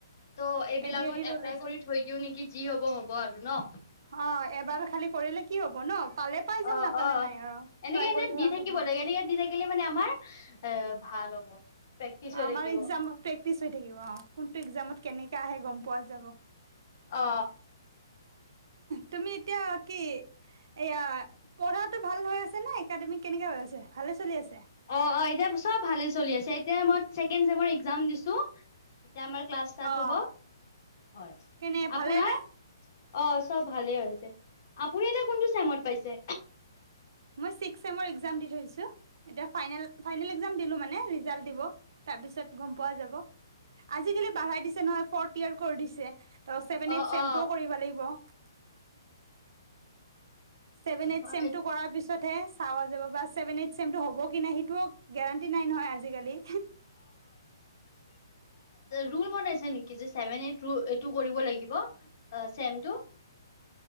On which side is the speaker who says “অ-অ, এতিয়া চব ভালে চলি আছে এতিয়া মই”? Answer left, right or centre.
Left